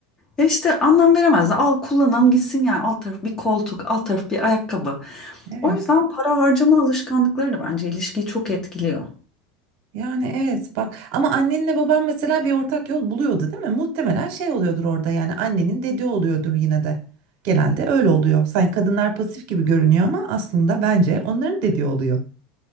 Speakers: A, on the left; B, on the right.
A: e işte anlam veremezdi. Al kullanalım gitsin yani alt taraf bir koltuk, alt taraf bir ayakkabı.
B: evet.
A: O yüzden para harcama alışkanlıkları da bence ilişkiyi çok etkiliyor.
B: Yani evet bak ama annenle baban mesela bir ortak yol buluyordu değil mi? Muhtemelen şey oluyordur orada yani annenin dediği oluyordur yine de. Genelde öyle oluyor. Sanki kadınlar pasif gibi görünüyor ama aslında bence onların dediği oluyor.